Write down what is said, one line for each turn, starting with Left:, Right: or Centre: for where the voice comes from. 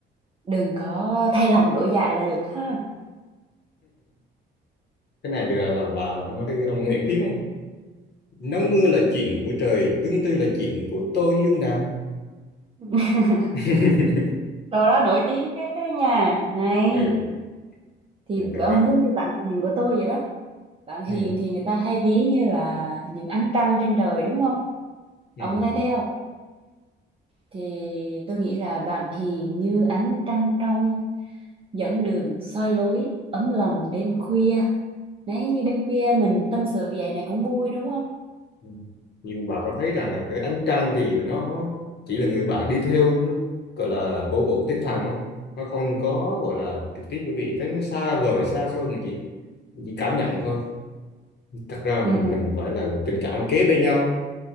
Right: đừng có thay lòng đổi dạ là được ha
Left: cái này được là bà nói với ông Nguyễn Tiến ấy. nắng mưa là chuyện của trời tương tư là chuyện của tôi yêu nàng
Right: <laughs>
Left: <laughs>
Right: Câu đó nổi tiếng thế đấy nha hay
Left: ừ
Right: thì
Left: thì thật
Right: ông
Left: ra
Right: giống như bạn hiền của tôi vậy đó bạn hiền
Left: ừ,
Right: thì người ta hay ví như là những ánh trăng trên trời đúng không
Left: ừ,
Right: ông có thấy thế không thì tôi nghĩ là bạn hiền như ánh trăng trong dẫn đường soi lối ấm lòng đêm khuya đấy như đêm khuya mình tâm sự vậy này cũng vui đúng không
Left: ừ. nhưng mà bà có thấy rằng là cái ánh trăng thì nó chỉ là người bạn đi theo nó gọi là cổ vũ tinh thần không nó không có gọi là trực tiếp bởi vì tới nó xa vời xa xôi mình chỉ mình chỉ cảm nhận thôi thật ra
Right: ừ,
Left: mình phải là tình cảm là kế bên nhau